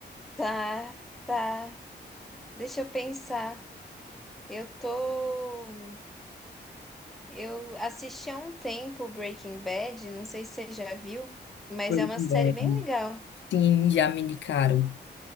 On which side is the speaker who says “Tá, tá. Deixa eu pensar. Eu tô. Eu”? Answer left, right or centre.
Centre